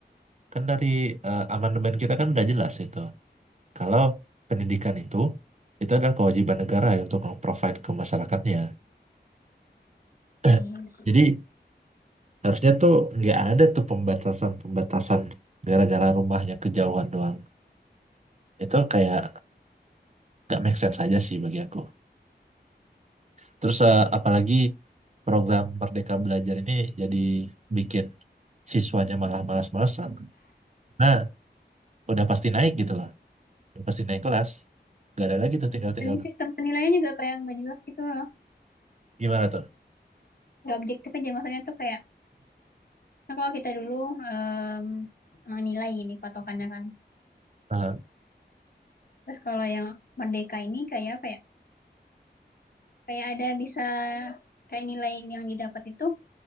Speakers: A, on the right (about 40°); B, on the left (about 55°).
A: Kan dari eh, amandemen kita kan udah jelas itu. Kalau pendidikan itu itu adalah kewajiban negara ya untuk nge-provide ke masyarakatnya. <clears throat>
B: ya, ya benar sih.
A: Jadi harusnya tuh nggak ada tuh pembatasan-pembatasan gara-gara rumahnya kejauhan doang. Itu kayak nggak make sense aja sih bagi aku. Terus eh, apalagi program Merdeka Belajar ini jadi bikin siswanya malah malas-malasan. Nah, udah pasti naik gitu loh. Udah pasti naik kelas. Gak ada lagi tuh tinggal-tinggal.
B: dan sistem penilaian juga kayak nggak jelas gitu loh
A: Gimana tuh?
B: nggak objektif aja maksudnya tuh kayak kan kalau kita dulu em, menilai ini patokannya kan
A: Aha.
B: terus kalau yang merdeka ini kayak apa ya kayak ada bisa kayak nilai yang didapat itu